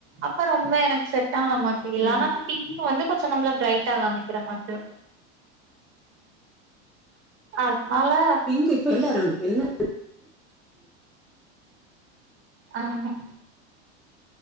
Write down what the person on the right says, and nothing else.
அப்ப ரொம்ப எனக்கு செட் ஆன மாதிரி இல்
ஆனாப் பிங்க வந்து கொஞ்ச நம்மள பிரைட் ஆ காமிக்கிற மாதிரி அனாலா
ஆமா